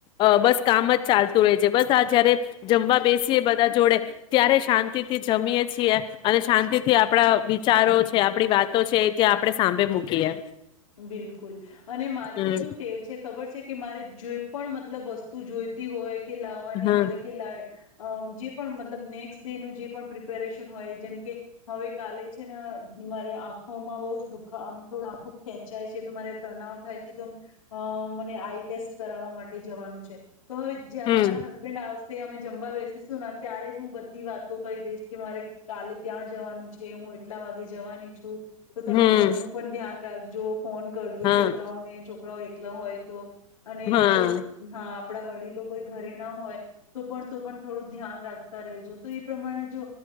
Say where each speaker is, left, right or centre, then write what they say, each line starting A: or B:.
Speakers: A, on the left; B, on the left.
A: અ બસ કામ જ ચાલતું રહે છે, બસ આ જયારે જમવા બેસીએ બધા જોડે ત્યારે શાંતિથી જમીએ છીએ, અને શાંતિ થી આપણા વિચારો છે, આપણી વાતો છે, એ ત્યાં આપણે સાંભળે મૂકીએ.
B: બિલકુલ, અને મારી
A: હમ
B: તો શું ટેવ છે ખબર છે. કે મારે, જે પણ મતલબ વસ્તુ જોઈતી હોય. કે લાવવાની
A: હા
B: હોય કે લ અ જે પણ મતલબ નેક્સ્ટ ડે નું જે પણ પ્રિપેરેશન હોય, જેમકે હવે કાલે છે ન મારે આંખોમાં બહુ જ દુઃખ આમ થોડ આંખો ખેંચાય છે, તો મારે તનાવ થાય છે તો મને આઈટેસ્ટ કરાવવા માટે જવાનું છે. તો હવે જયારે
A: હમ
B: મારા હસબન્ડ આવશે તે અમે જમવા બેસીશું ત્યારે જ હું બધી વાતો કહી દઈશ કે મારે કાલે ત્યાં જવાનું છે, હું કેટલા વાગે જવાની. તુ તો તમે
A: હમ
B: ઘરનું પણ ધ્યાન રાખજો. ફોન કરજો,
A: હા
B: છોકરાઓને છોકરાઓ એકલા હોય તો, અને
A: હા
B: જો હા આપણા વડીલો કોઈ ઘરે ના હોય તો પણ, તો પણ થોડું ધ્યાન રાખતા રેજો તો એ પ્રમાણે જો